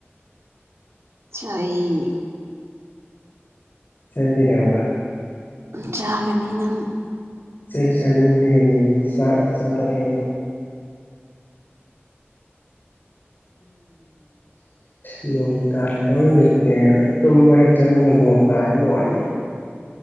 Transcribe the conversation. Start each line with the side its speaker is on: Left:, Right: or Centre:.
Right: ꯁ <unintelligible>
Left: ꯑꯩ ꯀꯩꯗꯧꯕ
Right: ꯆꯥꯒꯅꯤ ꯅꯪ
Left: ꯆꯍꯤ ꯆꯅꯤꯡꯗꯤ ꯆꯠꯇꯣꯛꯏ ꯎꯝꯣꯡ ꯇꯔ ꯆꯥꯡꯣ ꯇꯨꯝꯕꯥ ꯍꯦꯛ ꯆꯪꯕꯒꯥ ꯅꯣꯡ ꯇꯥꯔ ꯅꯨꯡꯉꯥꯏꯅꯤ